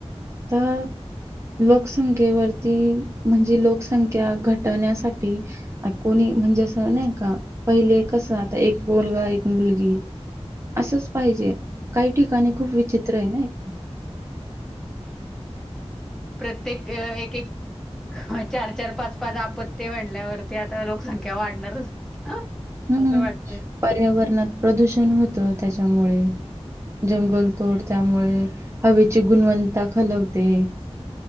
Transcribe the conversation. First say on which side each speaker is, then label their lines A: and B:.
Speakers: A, on the right; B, in the centre.
A: तर लोकसंख्येवरती म्हणजे लोकसंख्या घटवण्यासाठी कोणी म्हणजे असं नाही का पहिले कस आता एक बोलगा एक मुलगी असंच पाहिजे काही ठिकाणी खूप विचित्र आहे ना एक
B: प्रत्येक एक एक चार चार पाच पाच आपत्ती म्हणल्यावरती आता लोकसंख्या वाढणारच
A: हं.
B: असं वाटतंय
A: पर्यावरणात प्रदूषण होतं त्याच्यामुळे जंगल तोड त्यामुळे हवेची गुणवत्ता खालवते